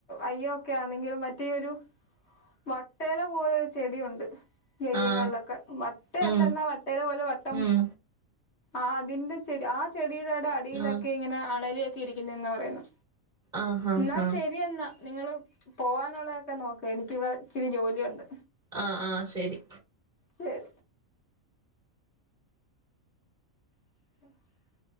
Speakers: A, on the left (about 50°); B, on the right (about 30°).
A: അയ്യ ഒക്കെ ആണെങ്കിലും മറ്റേ ഒരു വട്ടേയില പോലരു ചെടിയുണ്ട് നെയ്യങ്ങളിലൊക്കെ
B: ആഹ്
A: വട്ടയല്ല
B: ഉം
A: എന്നാ വട്ടയിലെ പോലെ വട്ടം
B: ഉം
A: ആ അതിന്റെ ചെടി ആ ചെടിയുടെടെ അടിയിലൊക്കെ
B: ആഹ്
A: ഇങ്ങനെ അണലിയൊക്കെ ഇരിക്കുന്നന്ന് പറയുന്നു
B: ആഹ് ആഹ്
A: എന്നാ
B: ആഹ്
A: ശരിയെന്നാ നിങ്ങള്പോവാനുള്ളതൊക്കെ നോക്ക എനിക്കിവിടെ ഇച്ചിരി ജോലിയുണ്ട്
B: ആ ആ ശരി
A: ശരി <inaudible>